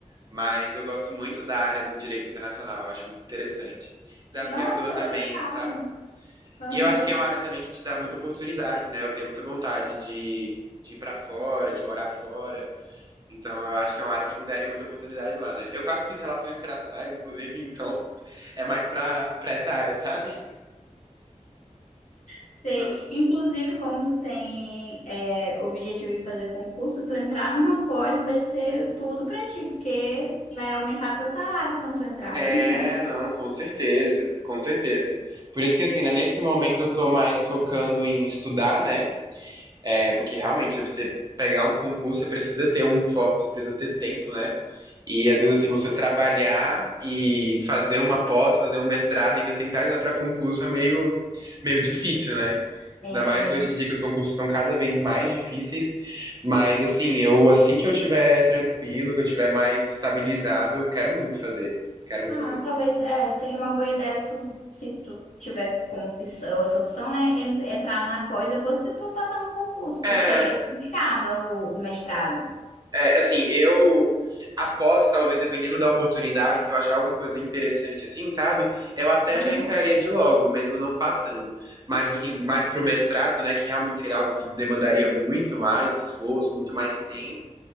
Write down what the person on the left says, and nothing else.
Nossa,
legal.
Aham.
Sei.
Inclusive, como tu tem é, objetivo de fazer concurso, tu entrar numa pós vai ser tudo pra ti, porque vai aumentar teu salário quando tu entrar.
E muito.
É,
Ah,
talvez é, seja uma boa ideia tu, se tu tiver como opção, essa opção, né, en- entrar na pós depois que tu passar no concurso,
porque é puxado o, o mestrado.
Aham.